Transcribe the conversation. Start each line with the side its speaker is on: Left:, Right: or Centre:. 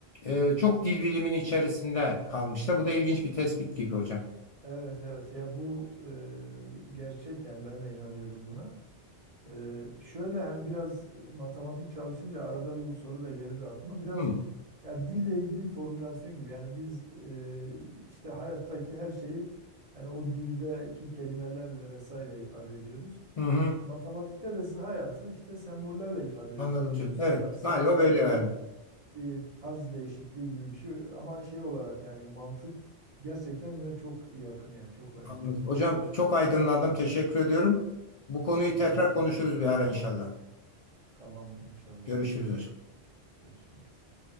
Left: e, çok dil bilimin içerisinde kalmışlar. Bu da ilginç bir tespit gibi hocam.
Right: Evet evet ya bu e, gerçek yani ben de inanıyorum buna. E, şöyle hani biraz matematik çalışınca arada bir bu soru da gelirdi aklıma. Biraz
Left: Hı,
Right: ya dille ilgili formülasyon gibi yani biz e, işte hayattaki her şeyi yani o dildeki kelimelerle vesaire ifade ediyoruz.
Left: hı, hı.
Right: Matematikte de siz hayatı işte sembollerle ifade
Left: Anladım
Right: ed-
Left: hocam.
Right: ediyorsunuz.
Left: Evet
Right: Aslında
Left: galiba
Right: sadece
Left: böyle yani.
Right: bir, bir tarz değişikliği gibi bir şey ama şey olarak yani mantık gerçekten birbirine çok yakın yani çok benziyor.
Left: Anladım. Hocam çok aydınlandım. Teşekkür ediyorum. Bu konuyu
Right: Ben
Left: tekrar
Right: teşekkür
Left: konuşuruz
Right: ederim.
Left: bir ara inşallah.
Right: Tamam inşallah.
Left: Görüşürüz hocam.
Right: Görüşmek üzere.